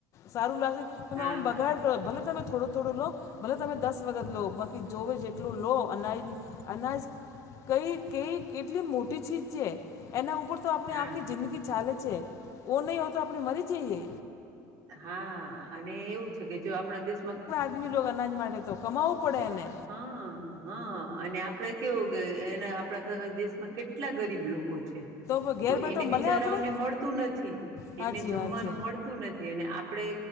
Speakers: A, on the left; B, on the right.
A: સારું લાગે તમે
B: હા
A: આમ બગાડ કરો ભલે તમે થોડો થોડો લો. ભલે તમે દસ વખત લો બાકી જોવે જેટલું લો અનાજ અનાજ કઈ કઈ કેટલી મોટી ચીજ છે એના ઉપર ઉપર તો આપણી
B: હા
A: આખી જિંદગી ચાલે છે. ઓ નહીં હોય, તો આપણે મરી જઈએ.
B: હા, અને એવું છે કે, જો આપણા દેશમાં
A: આજ બી લો, અનાજ માટે તો કમાવવું પડે એને.
B: હા, હા, અને આપડે કેવું કે, એના આપણા દેશમાં કેટલા ગરીબ લોકો છે.
A: પ- ઘેર
B: તો
A: બેઠો
B: એને બિચારાઓને
A: મળે આપણે
B: મળતું નથી,
A: સાચી
B: એને જમવાનું
A: વાત છે
B: મળતું. નથી, અને આપણે